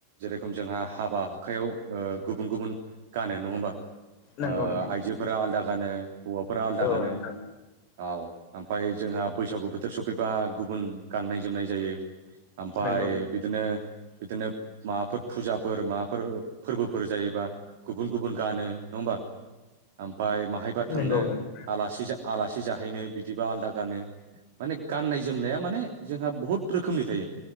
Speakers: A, on the right; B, on the left.
A: रोखोम जोंहा हाबा हुखायाव गुबुन गुबुन गानो नङा होमबा?
B: नंगौ
A: ओ
B: नोंथां
A: आइजोफोरा आलदा गानो हौवाफोरा आलदा
B: औ
A: गानो।
B: नोंथां
A: औ ओमफ्राय जोंहा बैसागु बोथोर सफैबा गुबुन गाननाय जोमनाय जायो। आमफाय
B: नंगौ
A: बिदिनो बिदिनो माबाफोर फुजाफोर माबाफोर फोरबोफोर जायोबा गुबुन गुबुन गानो नङा ओमबा? ओमफाय माहायबा थांनो
B: नंगौ नोंथां
A: आलासि-आलासि जाहैनो बिदिबा आलादा गानो माने गाननाय जोमनाया माने जोंहा बहुत रोखोमनि थायो।